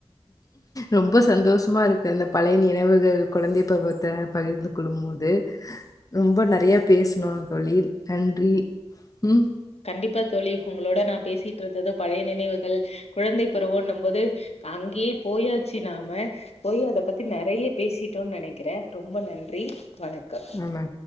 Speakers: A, on the left; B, on the left.
A: ரொம்ப சந்தோஷமா இருக்கு அந்த பழைய நினவுகள் குழந்தை பருவத் த பகிர்ந்து கொள்ளும் போது ரொம்ப நறையா பேசணும் தோழி நன்றி ம்
B: கண்டிப்பா தோழி உங்களோட நான் பேசிட்டு இருந்தத பழைய நினைவுகள் குழந்தை பருவோம் இன்னும்போது அங்கே போயாச்சி நா மே போயி அத பத்தி நெ றைய பேசிட்டோன்னு நெனைக்கிறே ரொம்ப நன்றி வணக்கம்
A: ஆமா